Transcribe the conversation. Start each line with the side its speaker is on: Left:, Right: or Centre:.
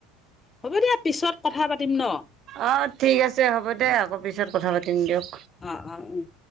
Left: হ'ব দিয়া পিছত কথা পাতিম ন
Right: অ ঠিক আছে হ'ব দে আকৌ পিছত কথা পাতিম দিয়ক
Left: অ অ উম